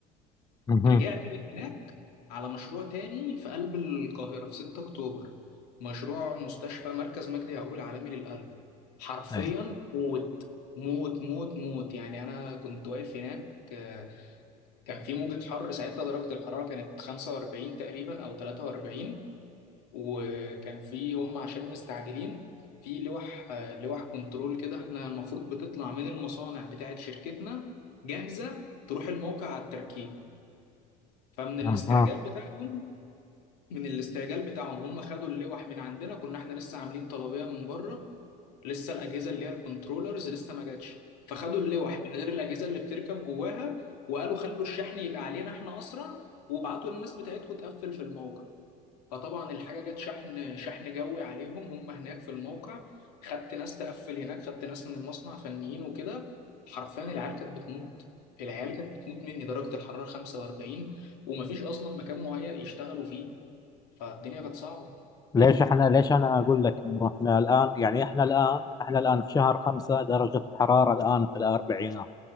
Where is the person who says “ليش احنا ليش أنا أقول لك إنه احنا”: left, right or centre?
Left